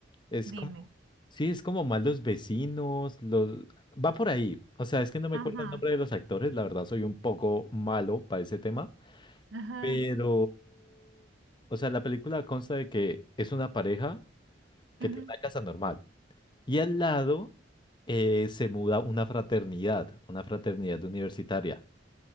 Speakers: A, on the left; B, on the right.
A: Es
B: Dime.
A: como. Sí, es como malos vecinos. Los... Va por ahí. O sea, es que no me
B: Ajá,
A: acuerdo el nombre de los actores. La verdad, soy un poco malo para ese tema.
B: ajá,
A: Pero, o sea, la película consta de que es una pareja que
B: ujú.
A: tiene una casa normal y al lado eh, se muda una fraternidad, una fraternidad universitaria.